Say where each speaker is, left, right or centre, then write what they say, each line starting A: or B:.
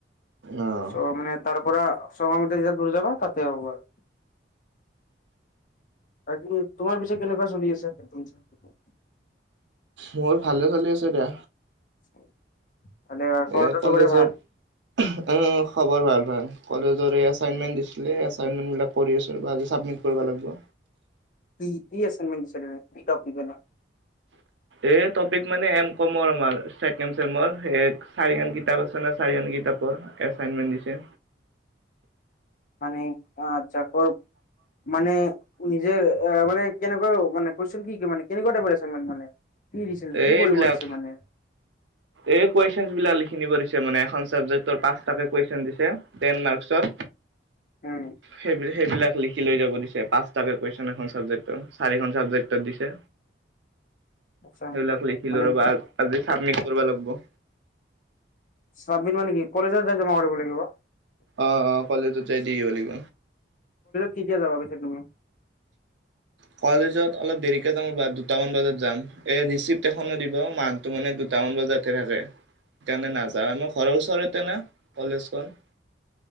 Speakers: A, on the right; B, on the left.
A: অ',
B: ছ মানে তাৰ পৰা ছশ মিটাৰ যেতিয়া দূৰ যাবা তাতে হব আৰ তাকি তোমাৰ পিছে কেনেকুৱা চলি আছে নতুন ছেম
A: মোৰ ভালে চলি আছে দে।
B: <inaudible> ঘৰতো
A: এ কলেজৰ
B: চবৰে ভাল
A: অহ অ' খবৰ ভাল ভাল। কলেজৰ এছাইনমেণ্ট দিছিলে কৰি আছোঁ ৰবা, আজি চাবমিট কৰিব লাগিব।
B: কি এছাইনমেণ্ট দিছা নো, কথা কব নৰা
A: এ টপিক মানে এম কমৰ আমাৰ চেকেণ্ড চেমৰ, চাৰিখন কিতাপ আছে নে চাৰিখন কিতাপৰ এছাইনমেণ্ট দিছে।
B: মানে অ আত্চ্ছা কৰ মানে নিজে আহ মানে কেনেকুৱাও মানে কুৱেশ্যন কি? কি মান কেনেকুৱাটা কুৱেশ্যন মানে? কি দিছিল কি
A: এইবিলাক
B: কৰিব দিছে মানে
A: এই কুৱেশ্যন বিলাক লিখ খিনিব দিছে মানে এখন ছাবজেক্টৰ পাঁচটাকে কুৱেশ্যন দিছে টেন মাৰ্কৰ।
B: উম
A: সেই সেইবিলাক লিখি লৈ যাব দিছে, পাঁচটাকে কুৱেশ্যন এখন চাবজেক্টৰ চাৰিখন চাবজেক্ট দিছে।
B: আচ্ছা
A: সেইবিলাক লিখিলো
B: মানে
A: ৰ'বা, আজি চাবমিট কৰবা লাগবো।
B: চাবমিট মানে কি কলেজত যাই জমা কৰিব লাগিব।
A: অ অ কলেজত যাই দি আহিব লাগিব।
B: কেতিয়া যাবা পিছা তুমি?
A: কলেজত অলপ দেৰিকে যাম, দুটা মান বজাত যাম, এ ৰিচিপট এখনো দিব মাৰ্ক টো মানে দুটা টান বজাতে থাকে তেনে নাযাৰা ন ঘৰৰ ওচৰতে না কলেজখন।